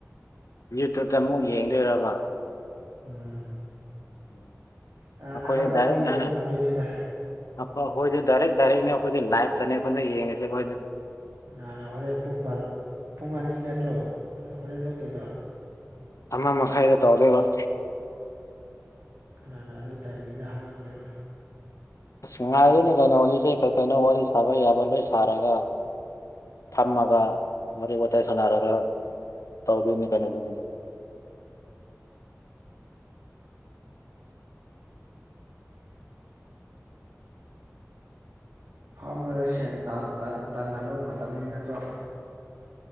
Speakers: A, on the left; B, on the right.
A: ꯌꯨꯇꯨꯨꯞꯇ ꯑꯃꯨꯛ ꯌꯦꯡꯗꯣꯏꯔꯕ
B: ꯎꯝ
A: ꯎꯝ
B: ꯀꯅꯥꯅ
A: ꯑꯩꯈꯣꯏ
B: ꯍꯧꯒꯠꯂꯒ
A: ꯗꯥꯏꯔꯦꯛ
B: ꯌꯦꯡꯕ
A: ꯗꯥꯏꯔꯈꯣꯏꯗꯤ
B: ꯉꯝꯗꯣꯏꯅꯤꯗ
A: ꯗꯥꯏꯔꯦꯛ ꯗꯥꯏꯔꯦꯛꯅꯦ ꯑꯩꯈꯣꯏꯗꯤ ꯂꯥꯏ ꯆꯅꯦꯦꯛ ꯈꯅ ꯌꯦꯡꯉꯁꯤꯦꯕꯣꯏ ꯑꯗꯨ
B: ꯥꯟꯅ ꯍꯣꯔꯦꯟ ꯄꯨꯡ ꯕꯥꯔ ꯄꯨꯡ ꯑꯅꯤ ꯅꯠꯇ꯭ꯔꯣ ꯍꯣꯔꯦꯟ ꯊꯣꯛꯇꯣꯏꯗꯣ
A: ꯑꯃ ꯃꯈꯥꯏꯗ ꯇꯧꯣꯏꯔꯤꯕ
B: ꯀꯅꯥꯅ ꯑꯗꯨ ꯇꯥꯏꯃꯤꯡꯗ ꯍꯧꯒꯠꯀꯦꯔꯣ
A: ꯑꯁ ꯉꯥꯏꯔꯤꯅꯦ ꯀꯩꯅꯣꯂꯤꯁꯦ ꯀꯩꯅꯣ ꯋꯥꯔꯤ ꯁꯥꯕ ꯌꯥꯕ ꯂꯣꯏ ꯁꯥꯔꯒ ꯐꯝꯃꯒ ꯋꯥꯔꯤꯔꯤ ꯋꯥꯋꯇꯥꯏ ꯁꯥꯟꯅꯔꯒ ꯇꯥꯎꯕꯤ ꯑꯅꯤ ꯀꯩꯅꯗꯅꯤ <unintelligible>
B: ꯐꯥꯝꯂꯒ ꯁꯦꯟ ꯇꯥꯟꯕ ꯃꯇꯝꯅꯤ ꯅꯠꯇ꯭ꯔꯣ